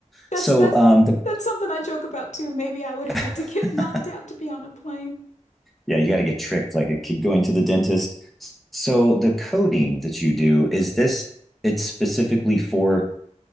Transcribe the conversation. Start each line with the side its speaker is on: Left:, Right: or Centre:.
Left: that's
Centre: So
Left: that's
Centre: um the
Left: that's something I joke about too. Maybe I would have
Centre: <laughs>
Left: to get <laughs> knocked out to be on a plane.
Centre: yeah, you got to get tricked like a kid going to the dentist. So the coding that you do is this it's specifically for